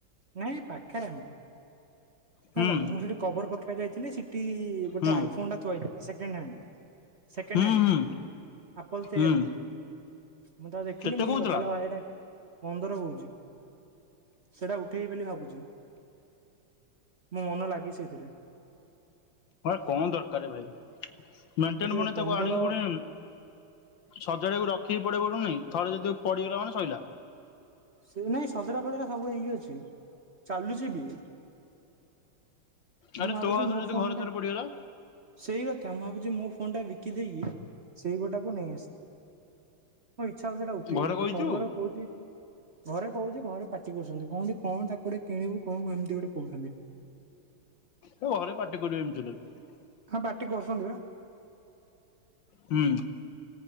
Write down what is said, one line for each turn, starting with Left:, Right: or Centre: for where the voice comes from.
Right: ନାଇଁ ପାଖରେ ଆମର
Left: ହୁଁ
Right: ହେଲା ମୁଁ ସେଠି କଭର ପକେଇବାକୁ ଯାଇଥିଲି ସି ଟି ଗୋଟେ
Left: ହୁଁ
Right: ଆଇଫୋନ ଟା ଥୁଆ ହୋଇଥିଲା ସେକେଣ୍ଡ ହ୍ୟାଣ୍ଡ ସେକେଣ୍ଡ
Left: ହୁଁ
Right: ହ୍ୟାଣ୍ଡ।
Left: ହୁଁ
Right: ଆପଲ ତେର।
Left: ହୁଁ
Right: ମୁଁ ତ ଦେଖିଲି
Left: କେତେ
Right: ମୁ କହିଲି
Left: କହୁଥିଲା
Right: ପଚାରିଲି ଭାଇ ଏଇଟା ପନ୍ଦର କହୁଛି। ସେଟା ଉଠେଇବି ବୋଲି ଭାବୁଛି। ମୋ ମନ ଲାଗିଛି ସେଇଥିରେ।
Left: କଣ ଦରକାର ଭାଇ। ମେଣ୍ଟେନ୍
Right: ହଁ ଯେ
Left: ପୁଣି
Right: ପନ୍ଦର
Left: ତାକୁ ଆଣିକି ପୁଣି ସଜାଡିବାକୁ ର କିଏ <unintelligible> ପଡୁନି ଥରେ ଯଦି ପଡିଗଲା ମାନେ ସଇଲା।
Right: ସେ ନାଇଁ ସଜଡା ଫଜଡା ସବୁ ହେଇକି ଅଛି ଚାଲୁଛି ବି।
Left: ଆରେ
Right: ମୁଁ ଭାବୁଛି
Left: ତୋ ହାତରୁ
Right: ମୋ
Left: ଯଦି
Right: ଫୋନ
Left: ଘରେ
Right: ଟା
Left: ଥରେ ପଡିଗଲା
Right: ସେଇ କଥା ମୁଁ ଭାବୁଛି ମୋ ଫୋନ ଫୋନ ଟା ବିକି ଦେଇକି ସେଇ ଗୋଟାକୁ ନେଇ ଆସେ। ହଁ ଇଚ୍ଛା ହଉଛି ସେଇଟା ଉଠେଇବି
Left: ଘରେ
Right: ବୋଲି
Left: କହିଛୁ
Right: ପନ୍ଦର କହୁଛି ଘରେ କହୁଛି ଘରେ ପାଟି କରୁଛନ୍ତି କହୁଚନ୍ତି କଣ ତାକୁ ଗୋଟେ କିଣିବୁ କଣ ଏମିତି ଗୋଟେ କହୁଛନ୍ତି।
Left: ଘରେ ପାଟି କରିବେ ଏମିତି ହେଲେ।
Right: ହଁ ପାଟି କରୁଛନ୍ତି ବା
Left: ହୁଁ